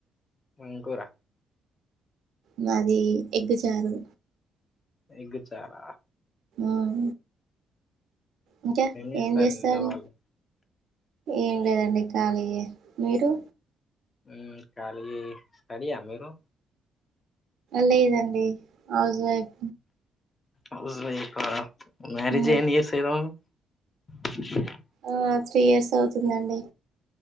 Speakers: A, on the left; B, on the right.
A: ఎం కూర
B: మాది ఎగ్ చారు
A: ఎగ్ చార
B: ఆహ్ ఇంకా
A: చేస్తారు
B: ఏం చేస్తాల్
A: ఇంట్లో వాళ్ళు
B: ఏం లేదండి కాళియే. మీరు
A: ఉహ్మ్ కాళీయే స్టీడియా మీరు
B: లేదండి హౌస్వైఫ్
A: హౌస్వైఫ్ ఆహ్ మ్యారిజ్
B: ఉమ్,
A: ఎన్ని ఇయర్స్ అయ్ <unintelligible>
B: ఆ త్రీ ఇయర్స్ అవుతుందండి.